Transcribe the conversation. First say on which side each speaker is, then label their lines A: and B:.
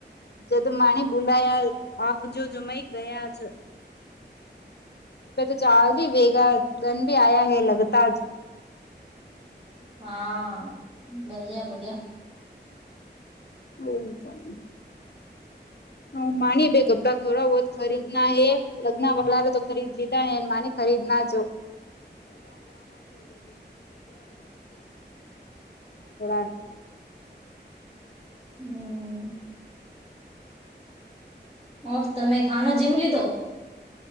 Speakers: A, on the left; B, on the right.
A: જે તો માની બોલાયા હજ જમાઈ ગયા છે. <unintelligible> <inaudible>
B: હા, બઢીયા બઢીયા.
A: <unintelligible> હ માની ભાઈ કપડા થોરા બોત ખરીદ ના હે લગ્નંવા <inaudible> રે તો ખરીદ લીધા ને માં ખરીદના જો. <inaudible>
B: હમ. ઓ તમે ખાનો જીમ લીધો <inaudible>